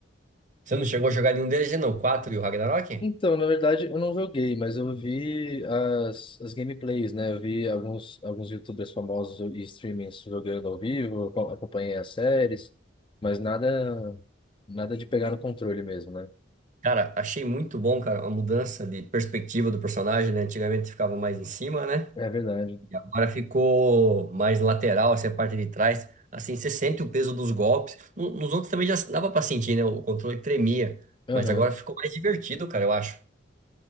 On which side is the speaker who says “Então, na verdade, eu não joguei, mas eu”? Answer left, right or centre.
Left